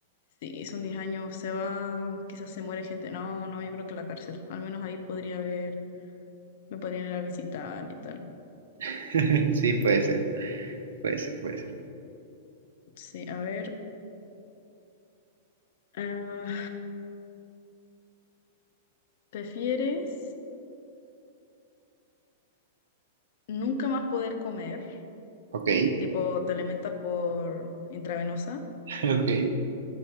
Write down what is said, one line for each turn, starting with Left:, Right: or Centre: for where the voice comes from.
Left: sí, son 10 años, se va, quizás se muere gente. No, no, yo creo que la cárcel. Al menos ahí podría haber, me podrían ir a visitar y tal.
Right: <laughs> Sí, puede ser, puede ser, puede ser.
Left: Sí, a ver. eh, ¿prefieres nunca más poder comer?
Right: Ok,
Left: Tipo, te alimentas por intravenosa.
Right: <laughs> ok.